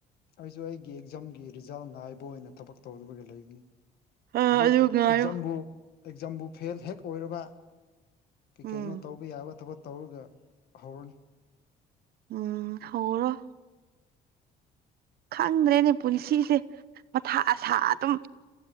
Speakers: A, on the left (about 70°); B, on the right (about 65°).
A: ꯑꯩꯁꯨ ꯑꯩꯒꯤ ꯑꯦꯛꯖꯥꯝꯒꯤ ꯔꯤꯖꯜ ꯉꯥꯏꯕ ꯑꯣꯏꯅ ꯊꯕꯛ ꯇꯧꯔꯨꯕꯒꯤ ꯂꯩꯕꯅꯤ
B: ꯑ
A: ꯕꯨ
B: ꯑꯗꯨ ꯉꯥꯏꯌꯣ
A: ꯑꯦꯛꯖꯥꯝꯕꯨ ꯑꯦꯛꯖꯥꯝꯕꯨ ꯐꯦꯜ ꯍꯦꯛ ꯑꯣꯏꯔꯕ ꯀꯩ
B: ꯎꯝ
A: ꯀꯩꯅꯣ ꯇꯧꯕ ꯌꯥꯕ ꯊꯕꯛ ꯇꯧꯔꯒ ꯍꯧꯔꯅꯤ
B: ꯎꯝ ꯍꯧꯔꯣ ꯈꯪꯗ꯭ꯔꯦꯅꯦ ꯄꯨꯟꯁꯤꯁꯦ ꯃꯊꯥ ꯑꯁꯥ ꯑꯗꯨꯝ